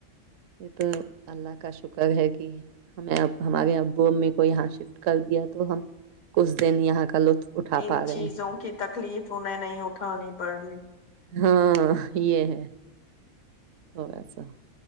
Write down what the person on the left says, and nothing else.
ان
چیزوں
کی تک تکلیف انہیں نہیں اٹھانی پڑی